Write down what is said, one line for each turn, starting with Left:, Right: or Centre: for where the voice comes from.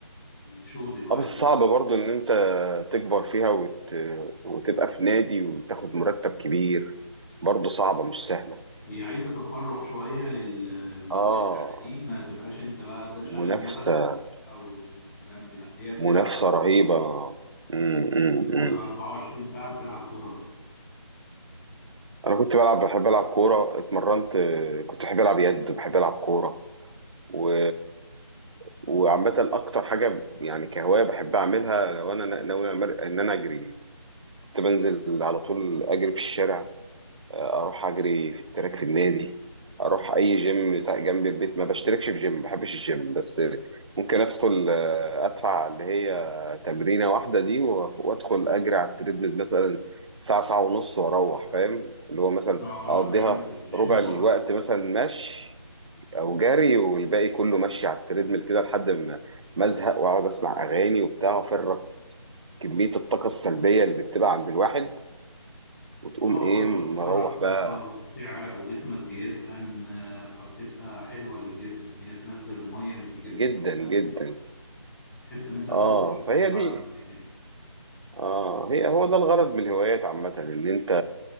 Centre: في الشو دلوقتي
Right: اه بس صعب برضو إن أنت تكبر فيها وت... وتبقى في نادي وتاخد مرتب كبير برضو صعبة مش سهلة
Centre: هي عايزة تفرغ شوية لل-
Right: آه
Centre: للعبة دي ما تبقاش انت بقى ده- شاغل
Right: منافسة
Centre: دماغك بالمذاكرة والافلام دي لا هي بتلعب
Right: منافسة رهيبة مم، مم،
Centre: تفضل
Right: مم.
Centre: 24 ساعة بتلعب كورة بس
Right: أنا كنت بلعب بحب ألعب كورة اتمرنت آه، كنت بحب ألعب يد وبحب ألعب كورة و... وعامة أكتر حاجة يعني كهواية بحب أعملها لو أنا ناوي أمر- إن أنا أجري كنت بنزل على طول أجري في الشارع آه، أروح أجري في التراك في النادي أروح أي جيم بتاع- جنب البيت ما بشتركش في جيم ما بحبش الجيم بس ممكن أدخل آه، أدفع اللي هي تمرينة واحدة دي و- وأدخل أجري على التريدميل مثلا ساعة ساعة ونص وأروح فاهم اللي هو مثلا
Centre: اه انا
Right: أقضيها
Centre: فعلا في الجيم
Right: ربع الوقت
Centre: برضه
Right: مثلا مشي او جري والباقي كله ماشي على التريدميل كده لحد ما ما ازهق واقعد اسمع اغاني وبتاع وافرغ كميه الطاقه السلبيه اللي بتبقى عند الواحد وتقوم
Centre: اه
Right: ايه
Centre: برضه
Right: مروح
Centre: بتخرج
Right: بقى
Centre: طاقة وبتعرق وجسمك بيسخن آه، فبتبقى حلوة للجسم ان هي تنزل المية اللي في الجسم
Right: جدا
Centre: كلها
Right: جدا
Centre: تحس ان انت فقت
Right: اه
Centre: شوية
Right: فهي
Centre: بعد
Right: دي
Centre: ما تجري
Right: اه هي هو ده الغرض من الهوايات عامه ان انت